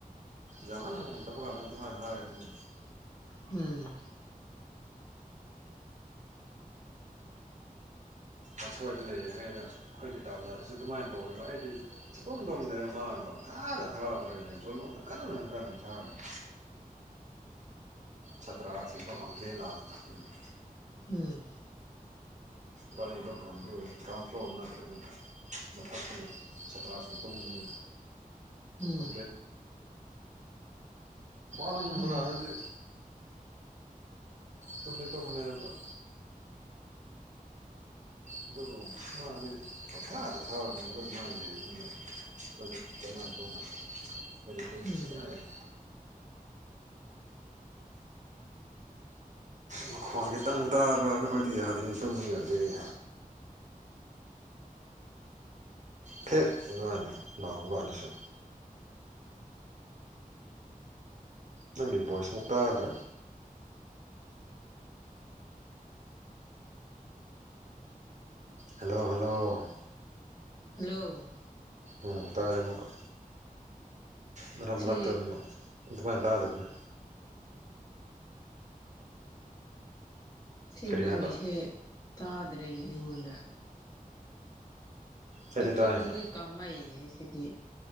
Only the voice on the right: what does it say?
ꯌꯥꯃꯥꯟ ꯅ ꯇ ꯀꯥꯏ <unintelligible>
ꯑꯁꯣꯏꯗ ꯂꯩꯔꯤꯉꯩꯩꯅ ꯑꯩꯈꯣꯏꯒꯤ ꯇꯥꯟꯖꯥꯗꯨꯁꯨ ꯑꯗꯨꯃꯥꯏꯅ ꯇꯧꯋꯕ ꯑꯩꯗꯤ ꯁꯨꯇꯣꯝ ꯇꯣꯝꯗꯦꯕ ꯃꯥꯅ ꯄꯝꯊꯥꯅ ꯊꯥꯔꯒꯣꯂꯣꯝꯗ ꯀꯟꯅ ꯑꯗꯨꯝ ꯊꯥꯔꯅꯤ ꯁꯇ꯭ꯔꯥꯁꯤꯡꯗꯣ ꯀꯝꯄ꯭ꯂꯦꯟ ꯂꯥꯛꯄ ꯑꯗꯨꯏꯅꯤ
ꯕꯥꯅꯤꯗꯝ ꯐꯝꯗꯨ ꯭ꯔꯥꯎꯟ ꯐ꯭ꯂꯣꯅꯠꯇ꯭ꯔꯗꯤ ꯃꯊꯛꯇꯅ ꯁꯥꯇ꯭ꯔꯥꯁꯤꯡ ꯇꯨꯝꯕꯅꯤ
ꯑ ꯂ ꯟꯝꯕꯔ
ꯍꯥꯏꯗꯤ ꯇꯨꯝꯃꯦ ꯇꯨꯝꯃꯦꯕ ꯑꯗꯨꯕꯨ ꯃꯥꯗꯤ ꯄꯪꯊꯥꯗ ꯊꯥꯕꯗꯤ ꯑꯗꯨꯃꯥꯏ ꯂꯩꯕ꯭ꯔꯅꯦ ꯑꯗꯨꯗꯤ ꯀꯃꯥꯏ ꯇꯧꯅꯤ ꯑꯩꯗꯤ ꯇꯨꯝꯕ
ꯁꯨꯡꯌꯥ ꯌꯥꯗꯦ ꯃꯈꯣꯟ ꯈꯤꯇꯪ ꯇꯥꯕ ꯅꯈꯣꯏꯗꯤ ꯌꯥꯗꯤ ꯇꯨꯝꯕ ꯌꯥꯗꯩ ꯐꯦꯠ ꯅꯣꯏꯜ ꯂꯥꯎꯕꯀꯥꯟꯗꯁꯨ ꯅꯪꯒꯤ ꯚꯣꯏꯁꯃꯨꯛ ꯇꯥꯗ꯭ꯔꯦ ꯍꯜꯂꯣ ꯍꯜꯂꯣ
ꯎꯝ ꯇꯥꯔꯦ ꯑꯃꯨꯛꯀ ꯃꯔꯛ
ꯃꯔꯛꯇ ꯑꯗꯨꯃꯥꯏꯅ ꯇꯥꯗꯕꯅꯤ
ꯀꯔꯤ
ꯍꯥꯏꯕ
ꯑꯩꯗꯤ
ꯇꯥꯏꯅ